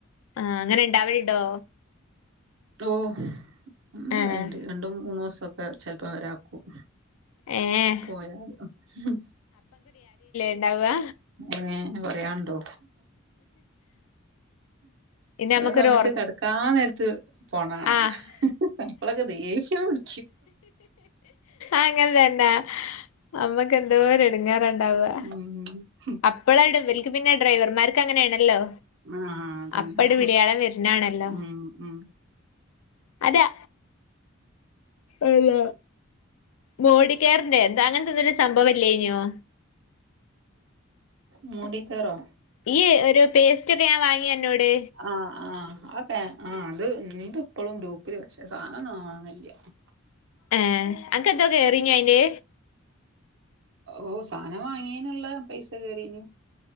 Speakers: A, on the left; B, on the right.
A: ആഹ് ങ്ങനെ ണ്ടാവല്ണ്ടോ
B: ഓഹ് ണ്ടാവല്ണ്ട്
A: ആഹ്
B: രണ്ടും മൂന്നു സക്കെ ചെൽപ്പം വരാക്കും
A: ഏഹ്
B: പോയാല് ങ് ഹും
A: ണ്ടാവാ
B: ങ്ങേ പറയാണ്ടോ
A: ഇനി
B: ചെല
A: നമ്മക്കൊരു
B: സമയത്ത്
A: ഒറ
B: കിടക്കാൻ നേരത്ത് പോണാണ
A: ആഹ്
B: അപ്പളൊക്കെ ദേഷ്യം പുട്
A: അങ്ങനെ തന്നാ അമ്മക്ക് എന്തോരെ ടങ്ങേറാണ്ടാവാ
B: ഉം ഉം ഹും
A: അപ്പളാണ് ഇവൽക് പിന്നെ ഡ്രൈവർമാർക്ക് അങ്ങനെണല്ലോ
B: ആഹ് ആഹ് അതന്നെ
A: അപ്പടി വിളയാളം വരുന്നാണല്ലോ
B: ഉം ഉം
A: അതാ അല്ല മോഡികെയർ ന്റെ എന്താ അങ്ങനത്തെന്നരു സംഭവല്ലേനോ
B: മോഡികേറോ
A: ഈ ഒരു പേസ്റ്റക്കെ ഞാൻ വാങ്ങിയ ന്നോട്
B: ആഹ് ആഹ് ആഹ് അക്കെ ആഹ് അത് ണ്ട് ഇപ്പഴും ഗ്രൂപ്പിൽ പക്ഷേ സാധനം ഒന്നും വാങ്ങലില്ല്യ കൃ
A: ഏഹ് അക്ക് എന്ത കേറിനിയ അയില്
B: ഓഹ് സാധനം വാങ്ങിയന്ള്ള പൈസ കേറീന്